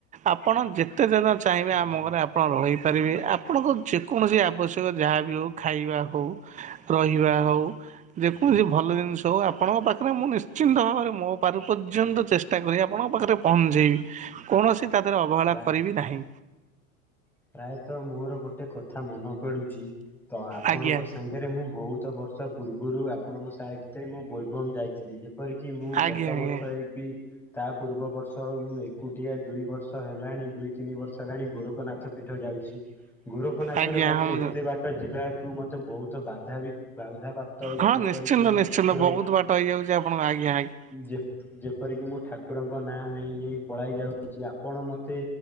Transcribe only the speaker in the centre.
ଆଜ୍ଞା
ପ୍ରାୟ
ପ୍ରାୟତଃ ମୋର ଗୋଟେ କଥା ମନେ ପେଡ଼ୁଚି ତ ଆପଣଙ୍କ
ସା ଗେରେ ମୁଁ ବୋହୁତ ବର୍ଷ ପୂର୍ବରୁ ଆପଣଙ୍କ ସାହିତେ ମୁଁ ବୋଲବମ୍ ଯାଇଥିଲି ଯେ ପରିକି ମୁଁ
ଗତ
ବର୍ଷ ଏଇଟି ତା ପୂର୍ବ ବର୍ଷ ମୁଁ ଏକୁଟିଆ ଦୁଇ ବର୍ଷ ହେଲାଣି ଦୁଇ ତିନି ବର୍ଷ ହେଲାଣି ଗୋରକନାଥ ଟ ଯାଉଛି ଗୋରଖନାଥରେ
ମତେ
ଏତେ ବାଟ ଯିବା ହେତୁରୁ ମତେ ବୋହୁତ ବାଧା ବି ବାଧା ପ୍ରା ତ ହଉଛି
ଯେପରିକି
ମୁଁ
ଠାକୁର
ହୁଁ
ଯେ ଯେପରିକି ମୁଁ ଠାକୁରଙ୍କ ନାଁ ନେଇ ନେଇ ପଳାଇ ଯାଉଚି ଆପଣ ମତେ